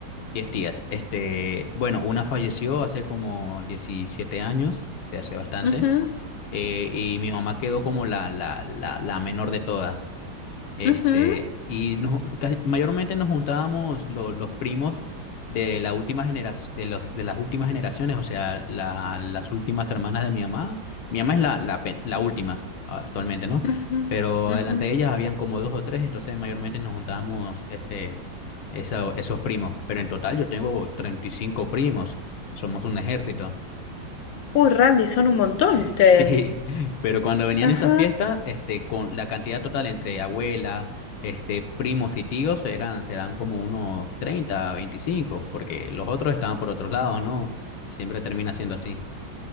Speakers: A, on the left (about 90°); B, on the left (about 70°).
A: 10 tías. Este, bueno, una falleció hace como 17 años, este, hace bastante,
B: ujú,
A: eh, y mi mamá quedó como la, la, la, la menor de todas. Este,
B: ujú,
A: y nos- casi- mayormente nos juntábamos lo- los primos de la última generación, de los, de las últimas generaciones, o sea, la- las últimas hermanas de mi mamá. Mi mamá es la, la, pe- la última ah, actualmente, ¿no?
B: ujú,
A: Pero delante
B: ujú.
A: de ellas habían como dos o tres, entonces mayormente nos juntábamos este, esa- esos primos. Pero en total yo tengo 35 primos, somos un ejército.
B: Uy, Randy, son un montón
A: <laughs> Sí,
B: ustedes.
A: sí, pero cuando venían
B: Ajá.
A: esas fiestas, este, con la cantidad total entre abuela, este, primos y tíos eran, serán como unos 30, 25, porque los otros estaban por otros lados, ¿no? Siempre termina siendo así.